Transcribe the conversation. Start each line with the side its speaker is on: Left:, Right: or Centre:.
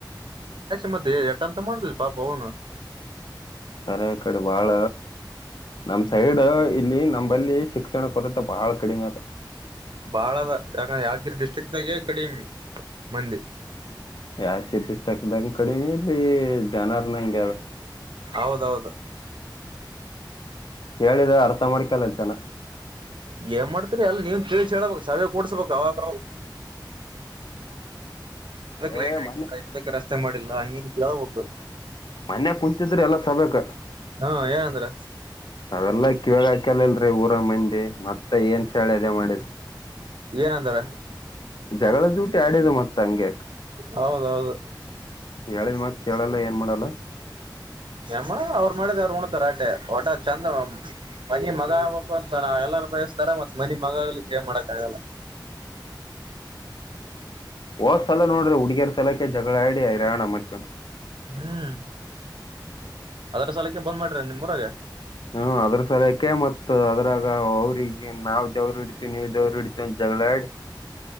Right: ಮ ಎಟನ್ಂತ ಮಾಡುದು ಪಾಪ ಹನು
Left: ಕಖರೇ ಇಕ್ಕಡೆ ಬಾಳ ನಮ ಸೈಡ್ ಇಲ್ಲಿ ನಂಬಲ್ಲಿ ಶಿಕ್ಷಣ ಕೊರತೆ ಬಾಳ ಕಡಿಮೆ ಅದ
Right: ಬಾಳದ ಯಾಕಂದ ಯಾದಗಿರಿ ಡಿಸ್ಟ್ರಿಕ್ ದಾಗೆ ಕಡಿಮ ಮಂದಿ
Left: ಯಾಕೆರ್ಷ್ಟ ಆಕದಂಗ ಕಡಿಮೆ ಇಲ್ಲಿ ಜನಾರ್ ನಂಗಗೆ್ಯಾರ
Right: ಹೌದೌದು
Left: ಕೇಳಿದ ಅರ್ಥ ಮಾಡ್ಕಲ್ಲಲ್ ಚೆನ
Right: ಏನ್ ಮಾಡ್ತರಿ ಎಲ್ಲ ನೀನ್ ತಿೇಳಿ ಹೇಳಬೇಕ ಸಾವ ಕೂಡ್ಸ್ಬೇಕು ಅವಾಗ
Left: ಏ
Right: ಲೈಟ್
Left: ಮೊನ್ನೆ
Right: ಆ ರಸ್ತೆ ಹ ಅಳ ಹೋಗು
Left: ಮನ್ಯ ಕುಂತಿದ್ರೆ ಎಲ್ಲ ಸಬೇಕ
Right: ಹಾ ಏನಂದ್ರ
Left: ಅವೆಲ್ಲಾ ಕೇಳಾಕಲಿಲ್ರರಿ ಊರ ಮಂದಿ ಮತ್ತೆ ಏನ್ ಚಳೆ ಅದೆೇ ಮಾಡಿದ್
Right: ಏನ ಅಂದ್ರ
Left: ಜಗಳದ ಜೂಟಿ ಆಡಿದ ಮತ್ತ ಹಂಗ್ಯಕ
Right: ಹೌದೌದು
Left: ಹೇಳ ಮ ಕೇಳಲ್ಲ ಏನ್ ಮಾಡಲ್ಲ
Right: ಯಮ್ಮ ಅವ್ರು ಮಾಡಿದ ಅವ್ರು ಉಣತಾರ ಆಟೆ ಹೊಟ ಚಂದ ಮನಿ ಮಗ ಆಗ್ಬಬೇಕು ಅಂತಾರ ಎಲ್ಲಾರೂ ಬಯಸ್ತಾರ ಮತ್ ಮನಿ ಮಗ ಆಗ್ಲಿಕ್ಕೆ ಏನ್ ಮಾಡಕ್ ಆಗಲ್ಲ <unintelligible>
Left: ಹೋ ಸಲ ನೋಡ್ರಿ ಹುಡುಗಿಯರ್ ಸಲಕ್ಕೆ ಜಗಳಾಡಿ ಹೈರಾಣ ಮಾಡ್ಕೊಂಡು
Right: ಹ್ಮ್ ಅದರ ಸಾಲಕ್ಕೆ ಬಂದ್ ಮಾಡ್ರರ ನಿಮ್ಮ್ರಗೆ
Left: ಹ್ಮ ಅದ್ರ ಸರಿಯಕೆ ಮತ್ ಅದ್ರಾಗ ಅವ್ರಿಗೆ ನಾವ್ ದೇವ್ರ ಇಡ್ತಿವಿ ನೀವು ದೇವ್ರ ಇಡ್ತಿವಿ ಅ ಜ <unintelligible>